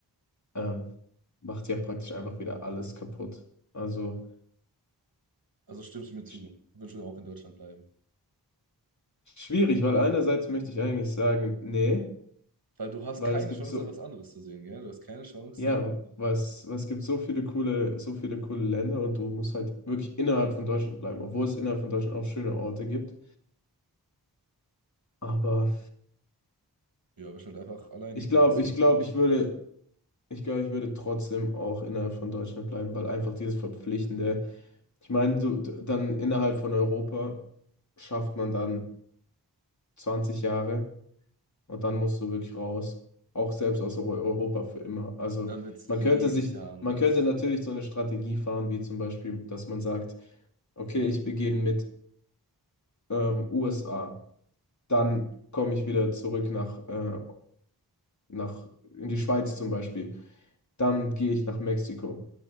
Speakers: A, on the left (about 45°); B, on the right (about 60°).
A: ähm, macht ja praktisch einfach wieder alles kaputt. Also
B: also stimmst du mir zu,
A: sch
B: willst du auch in Deutschland bleiben.
A: schwierig, weil einerseits möchte ich eigentlich sagen, nee,
B: Weil du hast
A: weil
B: keine
A: es gibt
B: Chance,
A: so,
B: da was anderes zu sehen, gell? Du hast keine Chance,
A: ja,
B: dann,
A: was, was gibt so viele coole, so viele coole Länder und du musst halt wirklich innerhalb von Deutschland bleiben, obwohl es innerhalb von Deutschland auch schöne Orte gibt. Aber
B: ja, wirst halt einfach alleine
A: ich
B: gelassen.
A: glaube, ich glaube, ich würde Ich glaube, ich würde trotzdem auch innerhalb von Deutschland bleiben, weil einfach dieses Verpflichtende, ich meine, du, d- dann innerhalb von Europa schafft man dann 20 Jahre und dann musst du wirklich raus, auch selbst aus Eu- Europa für immer. Also
B: Und dann wird es
A: man
B: jedes
A: könnte sich,
B: Jahr anders.
A: man könnte natürlich so eine Strategie fahren, wie zum Beispiel, dass man sagt, okay, ich beginne mit ähm, USA, dann komme ich wieder zurück nach, äh, nach, in die Schweiz zum Beispiel, dann gehe ich nach Mexiko.